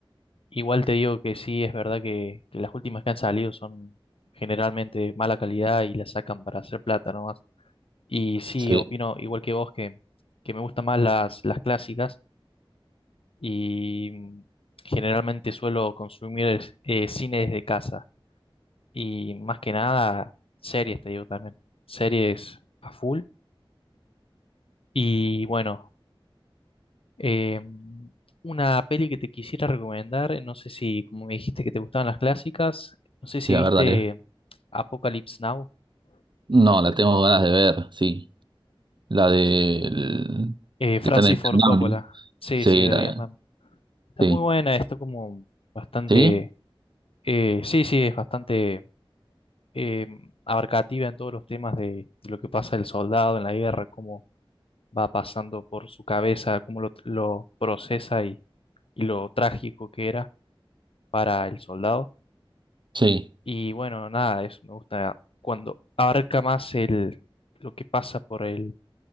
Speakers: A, on the left; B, on the right.
A: Igual te digo que sí, es verdad que, que las últimas que han salido son generalmente de mala calidad y las sacan para hacer plata nomás. Y sí,
B: Sí,
A: opino igual que vos que, que me gustan más las, las clásicas y mm, generalmente suelo consumir es- eh, cine desde casa y más que nada series, te digo también, series a full. Y bueno. Eh, una peli que te quisiera recomendar, eh, no sé si, como me dijiste que te gustaban las clásicas, no sé si
B: sí, la
A: viste
B: verdad es.
A: Apocalypse Now,
B: No,
A: ¿lo conoces?
B: la tengo ganas de ver, sí. La de
A: Eh, Francis
B: que están en
A: Ford
B: Vietnam.
A: Coppola, sí,
B: Sí,
A: sí, de
B: la,
A: Vietnam. Está
B: sí,
A: muy buena, está como bastante,
B: sí,
A: eh, sí, sí, es bastante eh, abarcativa en todos los temas de, de lo que pasa el soldado en la guerra, cómo va pasando por su cabeza, cómo lo, lo procesa y, y lo trágico que era para el soldado.
B: sí.
A: Y bueno, nada, eso me gusta cuando abarca más el, lo que pasa por el